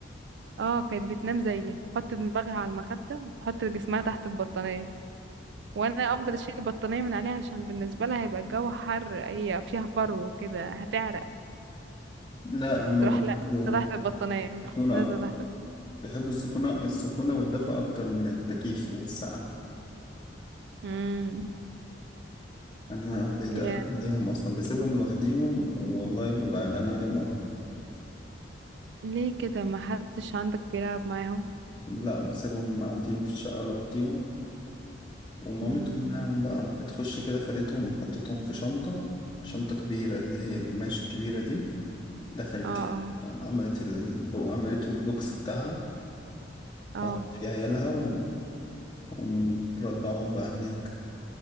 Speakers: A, on the right; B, on the left.
A: اه كانت بتنام زيي تحط دماغها على المخدة وتحط جسمها تحت البطانية وانا افضل اشيل البطانيه من عليها عشان بالنسبه لها هيبقى الجو حر هي فيها فرو وكده هتعرق
B: لا هما
A: تروح
B: بيحبوا
A: لا تحت البطانيه
B: السكونة
A: نازله
B: أكتر
A: تحت
B: بيحبوا السكونة السخونة والدفء أكتر من التكييف والسقعة
A: امم
B: أنا بقيت
A: يا
B: قلقان عليهم أصلا بسيبهم لوحديهم والله ببقى قلقان عليهم أوي
A: ليه كده ما حدش عندك بيلعب معاهم
B: لا بسيبهم قاعدين في الشقة لوحديهم ومامتهم
A: امم
B: معاهم بقى بتخش كده خدتهم وحطتهم في شنطة شنطة كبيرة اللي هي القماش الكبيرة دي دخلت
A: اه
B: كده
A: اه
B: آه، عملت البو... عملته البوكس بتاعها
A: اه
B: حط في عيالها و- ومرضعهم بقى هناك